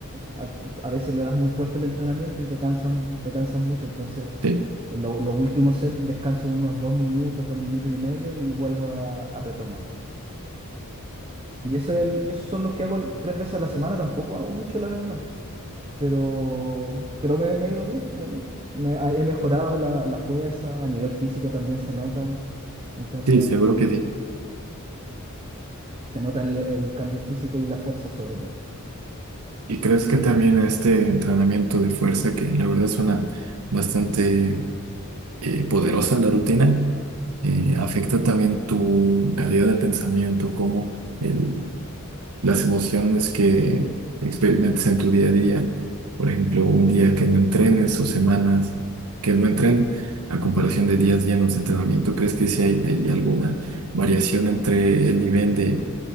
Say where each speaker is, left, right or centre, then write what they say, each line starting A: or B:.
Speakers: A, on the right; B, on the right.
A: al- a veces le das muy fuerte el entrenamiento y te cansas te cansas mucho, entonces
B: Sí.
A: en lo- los últimos sets descanso unos dos minutos, dos minutos y medio y vuelvo a, a retomar. Y, ese es el- y esos son los que hago el- tres veces a la semana, tampoco hago mucho, la verdad, pero, pero me, me he ido bien, me- me- he mejorado la, la fuerza, a nivel físico también se nota, entonces...
B: Sí, seguro que sí.
A: Se nota el, el cambio físico y la fuerza sobre todo.
B: ¿Y crees que también este entrenamiento de fuerza, que la verdad suena bastante eh, poderosa la rutina, eh, afecta también tu calidad de pensamiento, como el, las emociones que experimentas en tu día a día? Por ejemplo, un día que no entrenes o semanas que no entrenes, a comparación de días llenos de entrenamiento, ¿crees que sí hay, hay alguna variación entre el nivel de